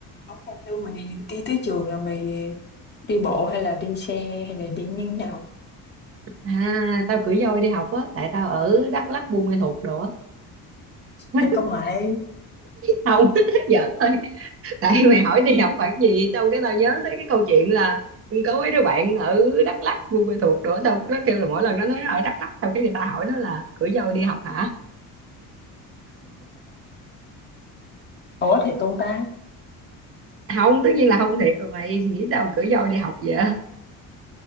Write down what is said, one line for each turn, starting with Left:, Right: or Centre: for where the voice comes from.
Left: Món cà chua mày đi tới trường là mày đi bộ hay là đi xe hay là đi như thế nào?
Right: à tao cưỡi voi đi học á tại tao ở Đắk Lắk Buôn Ma Thuột đồ á <laughs>
Left: thầy công nghệ
Right: không <laughs> giỡn thôi tại mày hỏi đi học khoảng gì xong cái tao nhớ tới cái câu chuyện là có mấy đứa bạn ở Đắk Lắk Buôn Ma Thuột đồ á, tao nó kêu là mỗi lần nó nói nó ở Đắk Lắk xong cái người ta hỏi nó là cưỡi voi đi học hả
Left: Ủa thiệt không ta?
Right: không tất nhiên là không thiệt rồi mày nghĩ sao mà cưỡi voi đi học vậy <laughs>